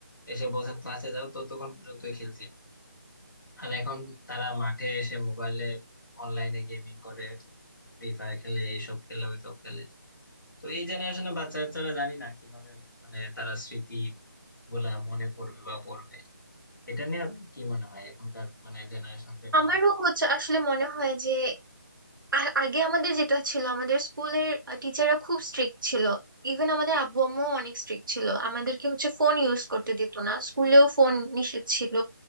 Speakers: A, on the left; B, on the right.
A: এসে বলছেন ক্লাসে যাও ততক্ষণ পর্যন্তই খেলছি আর এখন তারা মাঠে এসে মোবাইলে অনলাইনে গেমিং করে ফ্রি ফায়ার খেলে এইসব খেলে ওইসব খেলে তো এই জেনারেশনে বাচ্চা কাচ্চারা জানি না কিভাবে মানে তারা স্মৃতি গুলা মনে করবে বা পড়বে এটা নিয়ে আপনার কি মনে হয় এখনকার মানে জেনারেশনদের
B: আমারও
A: নিয়ে
B: হচ্ছে আসলে মনে হয় যে আ- আগে আমাদের যেটা ছিল আমাদের স্কুলের টিচাররা খুব স্ট্রিক্ট ছিল ইভেন আমাদের আব্বু আম্মুও অনেক স্ট্রিক্ট ছিল আমাদেরকে হচ্ছে ফোন ইউজ করতে দিত না স্কুলেও ফোন নিষেধ ছিল